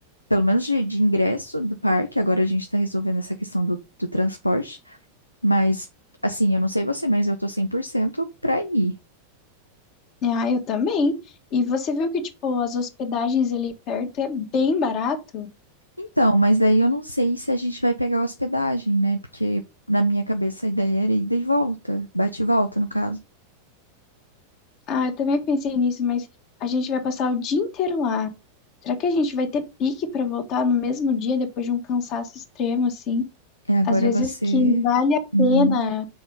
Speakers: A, on the left; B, on the left.
A: pelo menos de, de ingresso do parque. Agora a gente tá resolvendo essa questão do, do transporte. Mas, assim, eu não sei você, mas eu tô 100% pra ir.
B: Ah, eu também. E você viu que, tipo, as hospedagens ali perto é bem barato?
A: Então, mas daí eu não sei se a gente vai pegar hospedagem, né? Porque na minha cabeça a ideia era ida e volta, bate e volta, no caso.
B: Ah, eu também pensei nisso, mas a gente vai passar o dia inteiro lá. Será que a gente vai ter pique pra voltar no mesmo dia depois de um cansaço extremo, assim?
A: É, agora
B: Às vezes
A: você.
B: que vale a
A: Uhum.
B: pena